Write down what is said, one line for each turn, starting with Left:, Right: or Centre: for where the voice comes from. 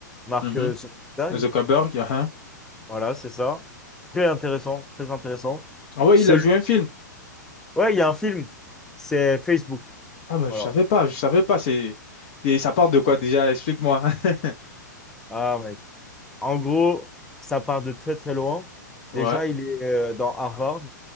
Centre: Mark
Left: Mhm.
Centre: euh, Zuckerberg.
Left: Zuckerberg, hein.
Centre: Voilà, c'est ça. Très intéressant, très intéressant.
Left: Ah ouais,
Centre: Celui...
Left: il a joué un film.
Centre: Ouais, il y a un film, c'est Facebook.
Left: Ah bah,
Centre: Voilà.
Left: je savais pas, je savais pas. C'est, et ça part de quoi déjà? Explique-moi. <laughs>
Centre: Ah, mais en gros, ça part de très très loin. Déjà,
Left: Ouais.
Centre: il est euh, dans Harvard,